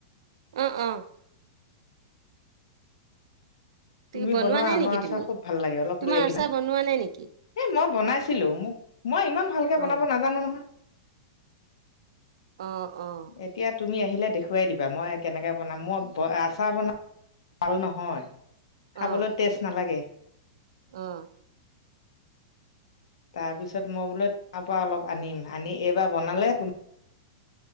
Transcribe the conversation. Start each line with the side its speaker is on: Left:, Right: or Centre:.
Right: উম অ। ত
Left: তুমি বনোৱা
Right: নাই
Left: আমাৰ
Right: নেকি
Left: আচাৰ
Right: তুমি
Left: খুব ভাল লাগে। অলপ
Right: তোমাৰ
Left: লৈ আহিবা।
Right: আচাৰ বনোৱা নাই নেকি
Left: এ মই বনাইছিলো মোক মই ইমান ভালকে
Right: অ
Left: বনাব নাজানো নহয়।
Right: অ অ
Left: এতিয়া তুমি আহিলে দেখুৱাই দিবা মই কেনেকৈ বনাম মই আচাৰ বন ভাল নহয়। খাবলৈ
Right: অ
Left: তেস্ট নালাগে।
Right: অ
Left: তাৰপিছত মই বোলে তাৰ পৰা অলপ আনিম আনি এইবাৰ বনালে তু